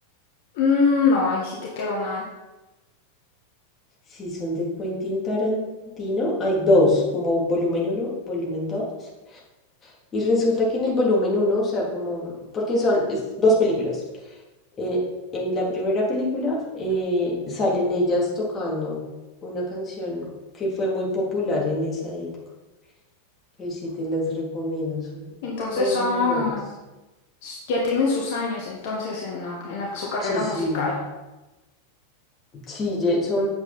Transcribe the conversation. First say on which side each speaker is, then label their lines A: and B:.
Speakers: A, on the left; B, on the left.
A: Mm, no, ahí sí te quedo mal.
B: Si son de Quentin Tarantino, hay dos, como volumen uno volumen dos Y resulta que en el volumen uno o sea, como, porque son es dos películas. eh, en la primera película eh, salen ellas tocando una canción que fue muy popular en esa época. Pero sí te las recomiendo, son
A: Entonces
B: muy,
A: son,
B: muy buenas.
A: ya tienen sus años entonces en la- en la- su carrera
B: Sí, sí,
A: musical.
B: Sí, ye- son